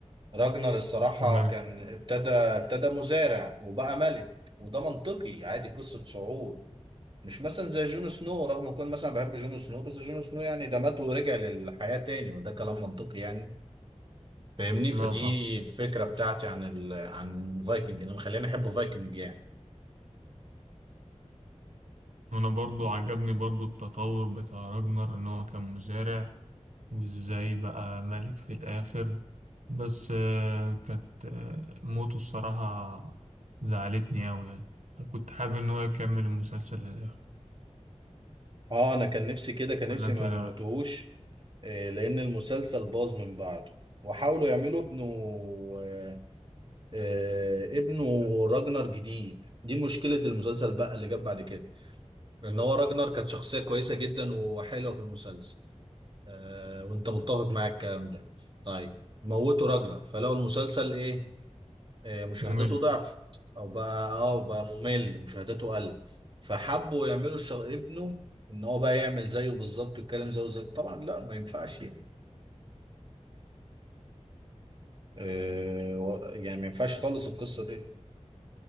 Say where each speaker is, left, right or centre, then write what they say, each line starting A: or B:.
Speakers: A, on the right; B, on the right.
A: راجنر الصراحة
B: تمام
A: كان ابتدى ابتدى مزارع وبقى ملك وده منطقي عادي قصة صعود مش مثلا زي جون سنو رغم كون مثلا بحب جون سنو بس جون سنو يعني ده مات ورجع للحياة تاني وده كلام منطقي يعني فاهمني
B: لا
A: فدي
B: طبعا
A: الفكرة بتاعتي عن ال... عن فايكنج اللي مخليني احب فايكنج يعني
B: وانا برضو عجبني برضو التطور بتاع راجنر ان هو كان مزارع وازاي بقى ملك في الاخر بس آه، كانت آه، موته الصراحة زعلتني قوي يعني كنت حابب ان هو يكمل المسلسل للاخر
A: اه انا كان نفسي كده كان نفسي
B: ولا انت
A: ما
B: إيه رأيك؟
A: موتوهوش آه، لأن المسلسل باظ من بعده وحاولوا يعملوا ابنه آه، آه، ابنه راجنر جديد دي مشكلة المسلسل بقى اللي جاب بعد كده لأن هو راجنر كانت شخصية كويسة جدا وحلوة في المسلسل آه، وأنت متفق معاك الكلام ده طيب موتوا راجنر فلو المسلسل إيه آه، مشاهداته
B: ممل
A: ضعفت أو بقى أه بقى ممل ومشاهداته قل فحبوا يعملوا الشغ... ابنه ان هو بقى يعمل زيه بالظبط ويتكلم زيه زي طبعا لا ما ينفعش يعني آه، و- يعني ما ينفعش خالص القصه دي